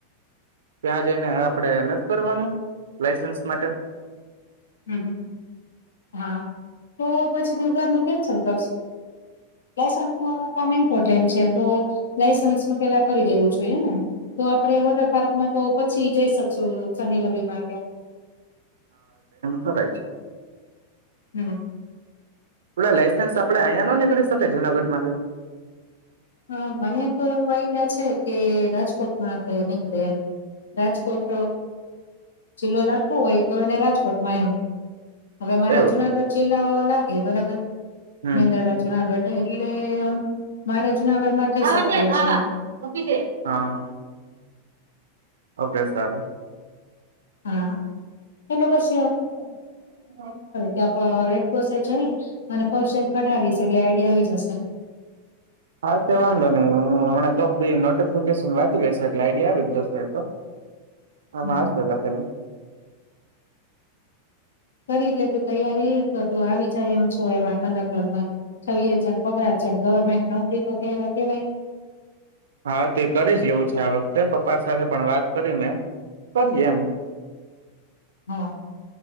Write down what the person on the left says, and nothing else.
હમ હા તો પછી બુધવારનુ કેન્સલ કરશુ લઇસન્સ ન કામ ઇમ્પોર્ટેન્ટ છે તો લાયસન્સનુ પેલા કરી લેવું જોઈએ ને તો આપણે વોટર પાર્કમા તો પછી જઈ શકશું શનિ રવિ મા કે
હમ
હા મને તો એવું આઈડિયા છે કે રાજકોટમાં આપણે નીકળે એમ રાજકોટ જિલ્લો લાગતો હોય તો એને રાજકોટમાં એમ હવે મારે
જુનાગઢ જિલ્લો લાગ એ બરાબર
મેંદરડા જુનાગઢ એટલે એમ મારે
જુનાગઢમાં થઈ શકતું હશે
હા એના પછ
ત્યાં રેડક્રોસે જઈ અને ફર્સ્ટ એડ કઢાવીશ એટલે આઈડિયા આવી જશે
હમ
કરી એટલે તું તૈયારી તો તું આવી જાય એમ છો એમાં કંડક્ટરમાં. છવ્વીસ હજાર પગાર છે ગવર્મેન્ટ નોકરી તો કે કેવાય
હા.